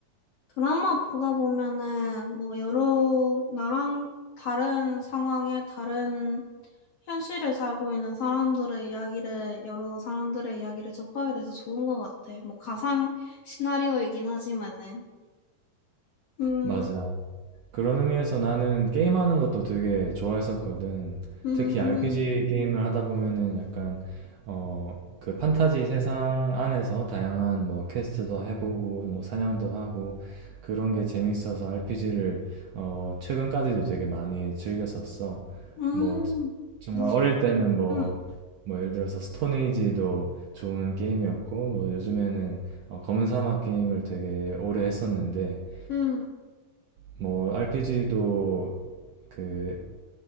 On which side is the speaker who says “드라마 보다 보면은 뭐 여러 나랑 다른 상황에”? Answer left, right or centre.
Left